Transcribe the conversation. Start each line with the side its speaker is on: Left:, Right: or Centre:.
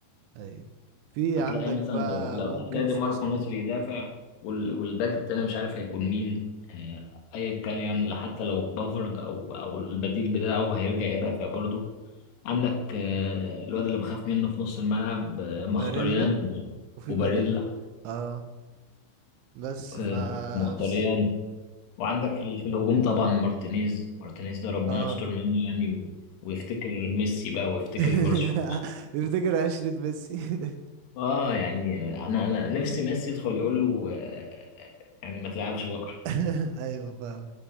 Right: ايوه في
Left: هتلاقي
Right: عندك
Left: مثلا
Right: بقى
Left: لو, لو
Right: ممكن
Left: هتلاقي دي
Right: في
Left: ماركو
Right: وسط
Left: نازل يدافع وال... والباك التاني مش عارف هيكون مين آه، ايا كان يعني لا حتى لو بافارد او او البديل بتاعه هيرجع يدافع برضه عندك آه، الواد اللي بخاف منه في نص الملعب آه، مختاريان
Right: باريلا وفي
Left: وباريلا
Right: باريلا اه بس
Left: آه،
Right: ف
Left: مختاريان
Right: بس
Left: وعندك في, في الهجوم طبعا مارتينيز مارتينيز ده ربنا
Right: اه
Left: يستر منه يعني و... ويفتكر ميسي بقى ويفتكر
Right: <laughs>
Left: برشلونة
Right: تفتكر عشرة ميسي <laughs>
Left: اه يعني انا انا نفسي ميسي يدخل يقول له آه، يعني ما تلعبش بكره
Right: <laughs> ايوه فاهم